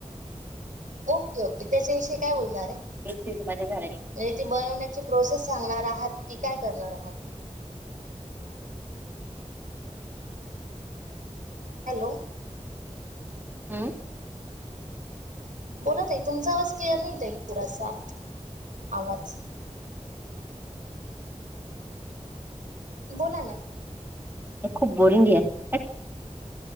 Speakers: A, on the right (about 85°); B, on the right (about 15°).
A: हो ओके त्याच्याविषयी काय बोलणार आहे म्हणजे
B: ते फ्रीज मध्ये झालेली
A: ती बनवण्याची प्रोसेस सांगणार आहात की काय करणार आहात हॅलो
B: हम्म
A: बोलत आहे तुमचा आवाज क्लिअर नाही येत आहे थोडासा आवाज बोला ना.
B: हे खूप बोरिंग आहे.